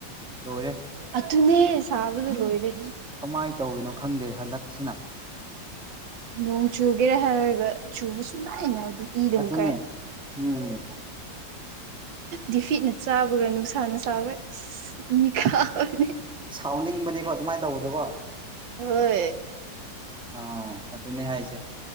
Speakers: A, in the centre; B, on the right (about 75°).
A: ꯂꯣꯏꯔꯦ
B: ꯑꯗꯨꯅꯦ ꯁꯥꯕꯗꯨ ꯂꯣꯏꯔꯦ
A: ꯀꯃꯥꯏ ꯇꯧꯔꯤꯅꯣ ꯈꯪꯗꯦ ꯍꯟꯗꯛꯁꯤꯅ
B: ꯅꯣꯡ ꯆꯨꯒꯦꯔ ꯍꯥꯏꯔꯒ ꯆꯨꯕ ꯁꯨꯛꯅꯥꯏ ꯅꯥꯏꯗꯦ ꯏ ꯗꯨꯝ
A: ꯑꯗꯨꯅꯦ
B: ꯀꯥꯏ
A: ꯎꯝ
B: ꯗꯤꯐꯤꯠꯅ ꯆꯥꯕꯒ ꯅꯨꯡꯁꯥꯅ ꯁꯥꯕ ꯏ ꯀꯥꯕꯅꯦ
A: ꯁꯥꯎꯅꯤꯡꯕꯅꯦꯀꯣ ꯑꯗꯨꯃꯥꯏ ꯇꯧꯕꯗꯣꯀꯣ
B: ꯍꯣꯏ
A: ꯑꯧ ꯑꯗꯨꯅꯦ ꯍꯥꯏꯁꯦ꯫